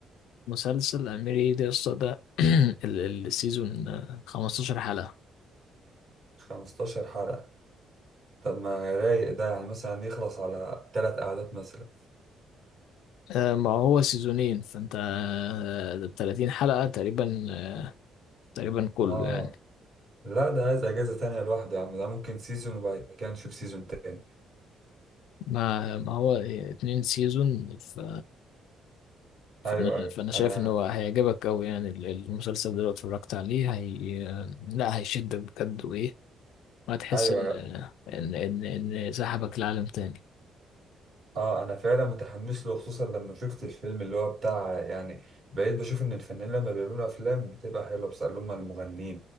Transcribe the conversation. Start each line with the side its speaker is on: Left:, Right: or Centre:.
Left: مسلسل اميري دي اسطى ده <clears throat> ال- السيزون آه، 15 حلقه
Right: 15 حلقة طب ما رايق ده يعني مثلا يخلص على تلات قعدات مثلا
Left: آه، ما هو سيزونين فانت آه، ده ب 30 حلقه تقريبا آه، تقريبا كله
Right: آه
Left: يعني
Right: لا ده عايز اجازه تانية لوحده يا عم ده ممكن سيزون وبعد كده نشوف سيزون تاني
Left: ما ما هو اتنين سيزون ف فانا
Right: ايوه ايوه
Left: فانا شايف
Right: انا
Left: ان هو هيعجبك قوي يعني ال- المسلسل ده لو اتفرجت عليه هي آه، لا هيشدك بجد وايه وهتحس
Right: ايوه
Left: ان
Right: أيوة.
Left: آه، ان ان ان سحبك لعالم تاني
Right: اه انا فعلا متحمس له خصوصا لما شفت الفيلم اللي هو بتاع يعني بقيت بشوف ان الفنانين لما بيعملوا افلام بتبقى حلوه بس اللي هم المغنيين